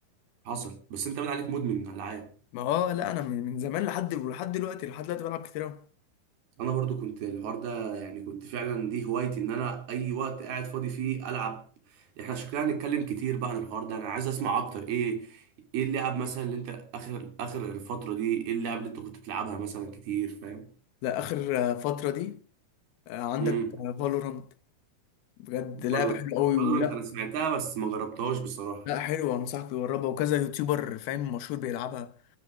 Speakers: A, on the right; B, on the left.
A: حصل بس انت بقى عليك مدمن العاب
B: ما هو آه، لا انا من من زمان لحد لحد دلوقتي لحد دلوقتي بلعب كتير قوي
A: انا برضو كنت الحوار ده يعني كنت فعلا دي هوايتي ان انا اي وقت قاعد فاضي فيه العب احنا شكلنا هنتكلم كتير بقى عن الحوار ده انا عايز اسمع اكتر ايه ايه اللعب مثلا اللي انت اخر اخر الفتره دي ايه اللعب اللي انت كنت بتلعبها مثلا كتير فاهم
B: لا اخر آه، فترة دي آه، عندك
A: امم
B: فالورانت بجد
A: برضو
B: لعبة حلوة قوي
A: برضو
B: ولا
A: انت انا سمعتها بس ما جربتهاش بصراحه
B: لا حلوة انصحك تجربها وكذا يوتيوبر فاهم مشهور بيلعبها